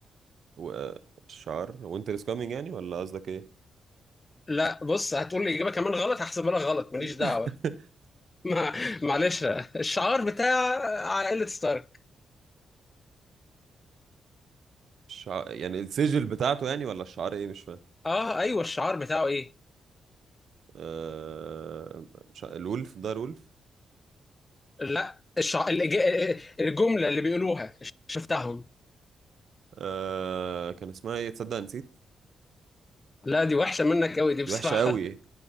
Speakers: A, on the right; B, on the left.
A: و- آه، الشعار وينتر از كامينج يعني ولا قصدك ايه
B: لا بص هتقول لي اجابة كمان غلط هحسبها لك غلط ماليش
A: <laughs>
B: دعوة ما معلش الشعار بتاع على قلة ستارك
A: الشعار يعني السجل بتاعته يعني ولا الشعار ايه مش فاهم
B: اه ايوه الشعار بتاعه ايه
A: آه مش ع- الولف ده الولف
B: لا الشع... الإج- الجملة اللي بيقولوها الش- بتاعهم
A: آه كان اسمها ايه تصدق نسيت
B: لا دي وحشة منك قوي دي بصراحة
A: دي وحشه قوي إيه.